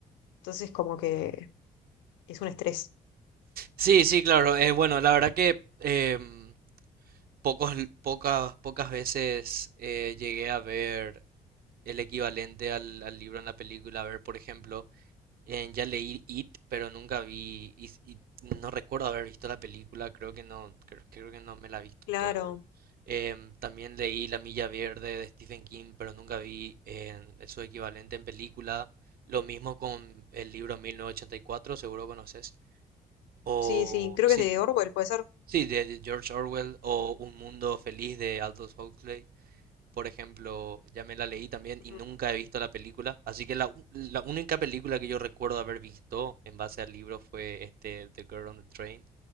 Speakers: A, on the left; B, on the right.
A: Entonces, como que es un estrés.
B: Sí, sí, claro. eh, bueno, la verdad que em, pocos, pocas, pocas veces eh, llegué a ver el equivalente al, al libro en la película. A ver, por ejemplo, Eh, ya leí It, pero nunca vi Is- It, no recuerdo haber visto la película, creo que no, creo, creo que no me la he visto
A: Claro,
B: todo. Em, también leí La Milla Verde de Stephen King, pero nunca vi eh, su equivalente en película. Lo mismo con el libro 1984, seguro conoces. O
A: sí, sí, creo
B: sí,
A: que es de Orwell, puede ser.
B: sí, de, de George Orwell o Un Mundo Feliz de Aldous Huxley. Por ejemplo, ya me la leí también
A: Ujú.
B: y nunca he visto la película. Así que la, u- la única película que yo recuerdo haber visto en base al libro fue este The Girl on the Train.